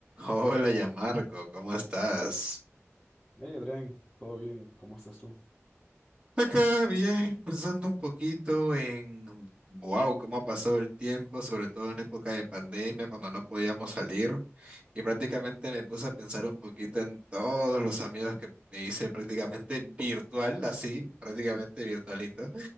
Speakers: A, on the right (about 20°); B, in the centre.
A: Hola, ya Marco, ¿cómo estás?
B: Hey Adrián, ¿todo bien? ¿Cómo estás tú?
A: Acá bien, pensando un poquito en, wow, cómo ha pasado el tiempo, sobre todo en época de pandemia, cuando no podíamos salir. Y prácticamente
B: Ujú.
A: me puse a pensar un poquito en todos los amigos que me hice prácticamente virtual, así, prácticamente virtualito,